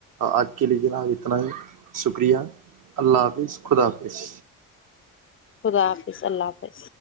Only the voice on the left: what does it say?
خدا حافظ اللہ حافظ